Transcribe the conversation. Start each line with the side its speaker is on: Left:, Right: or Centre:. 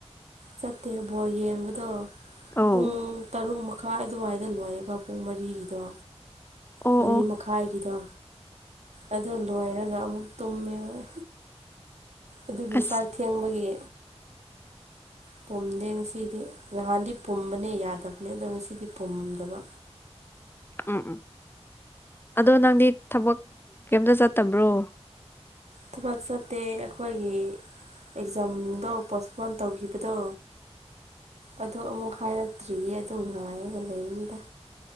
Right: ꯆꯠꯇꯦꯕꯣ ꯌꯦꯡꯕꯗꯣ
Left: ꯑꯧ
Right: ꯄꯨꯡ ꯇꯔꯨꯛ ꯃꯈꯥꯏ ꯑꯗꯨꯋꯥꯏꯗ ꯑꯗ ꯂꯣꯏꯌꯦꯕ ꯄꯨꯡ ꯃꯔꯤꯒꯤꯗꯣ
Left: ꯑꯣ
Right: ꯃꯔꯤ
Left: ꯑꯣ
Right: ꯃꯈꯥꯏꯒꯤꯗꯣ ꯑꯗꯨ ꯂꯣꯏꯔꯒ ꯑꯃꯨꯛ ꯇꯨꯝꯃꯦꯕ ꯑꯗꯨꯒꯤ
Left: ꯑꯁ
Right: ꯆꯥꯛ ꯊꯦꯡꯕꯒꯤ ꯄꯨꯝꯗꯦ ꯉꯁꯤꯗꯤ ꯅꯍꯥꯟꯗꯤ ꯄꯨꯝꯕꯅꯦ ꯌꯥꯗꯕꯅꯦ ꯑꯗꯣ ꯉꯁꯤꯗꯤ ꯄꯨꯝꯗꯕ
Left: <inaudible> ꯎꯝ ꯎꯝ ꯑꯗꯣ ꯅꯪꯗꯤ ꯊꯕꯛ ꯀꯩꯇ ꯆꯠꯇꯕ꯭ꯔꯣ
Right: ꯊꯕꯛ ꯆꯠꯇꯦ ꯑꯩꯈꯣꯏꯒꯤ ꯑꯦꯛꯖꯥꯝꯗꯣ ꯄꯣꯁꯄꯣꯟ ꯇꯧꯈꯤꯕꯗꯣ
Left: <inaudible>
Right: ꯑꯗꯣ ꯑꯃꯨꯛ ꯍꯥꯏꯔꯛꯇ꯭ꯔꯤꯌꯦ ꯑꯗꯨ ꯉꯥꯏꯔꯒ ꯂꯩꯕꯅꯤꯗ